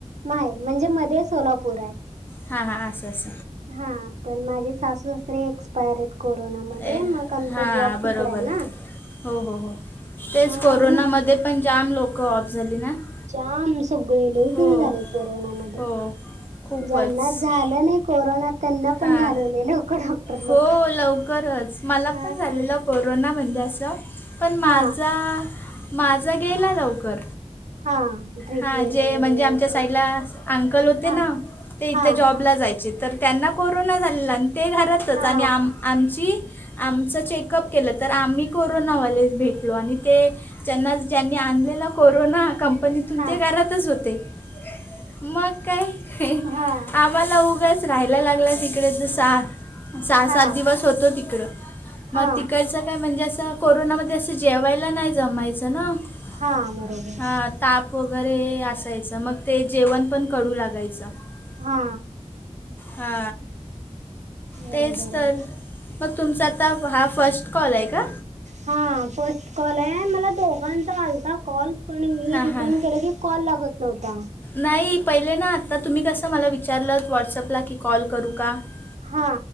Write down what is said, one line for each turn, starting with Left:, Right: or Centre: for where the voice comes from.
Right: माहेर. म्हणजे मध्ये सोलापूर आहे.
Left: हा हा अस अस
Right: हा पण माझे सासू सासरे एक्सपायर आहेत कोरोनामध्ये.
Left: ए
Right: मग आमचा
Left: हां
Right: जॉब तिकड
Left: बरोबर
Right: आहे ना.
Left: हो हो हो तेच
Right: मग
Left: कोरोनामध्ये
Right: आम्ही
Left: पण जाम लोक ऑफ झाली ना <unintelligible>
Right: जाम सगळे लजन
Left: हो
Right: झाले कोरोना मध्ये
Left: हो
Right: <unintelligible>
Left: खूपच
Right: ज्यांना झालं नाही कोरोना त्यांना पण
Left: हां
Right: घालवले लोक डॉक्टर
Left: हो
Right: लोक
Left: लवकरच मला
Right: हा
Left: पण झालेलं कोरोना म्हणजे असं पण
Right: हा
Left: माझा <unintelligible> माझा गेला लवकर
Right: हा ट्रीटमेंट
Left: हा जे
Right: वगैरे
Left: म्हणजे
Right: व्यवस्थित
Left: आमच्या साईडला अंकल होते
Right: हा
Left: ना ते इथे
Right: हा
Left: जॉबला जायचे <unintelligible> तर त्यांना कोरोना झालेला आणि ते घरातच
Right: हा
Left: आणि आम आमची <unintelligible> आमचं चेकअप केलं तर आम्ही कोरोनावाले भेटलो आणि ते <unintelligible> जना ज्यांनी आणलेला कोरोना कंपनीतून
Right: हा
Left: ते घरातच होते <unintelligible> मग काय
Right: हा
Left: आम्हाला उगाच राहायला लागला तिकडेच सा सहा
Right: हा
Left: सात दिवस होतो तिकड
Right: हा
Left: मग तिकड <unintelligible> काय म्हणजे असं कोरोनामध्ये असं जेवायला नाही जमायचं ना <unintelligible>
Right: हा बरोबर
Left: हा ताप वगैरे असायचं मग ते जेवण पण कडू लागायचं <unintelligible>
Right: हा
Left: हा
Right: बरोबर
Left: तेच तर
Right: आहे
Left: <unintelligible> मग तुमचा आता हा फर्स्ट कॉल आहे का
Right: हा फर्स्ट कॉल आहे आणि मला दोघांचा आलता कॉल <unintelligible> पण मी
Left: हां
Right: रिटर्न
Left: हां
Right: केलं की कॉल लागत नव्हता
Left: नाही पहिले ना आता तुम्ही कसं मला विचारलं व्हॉट्सअपला की कॉल करू का <unintelligible>
Right: हा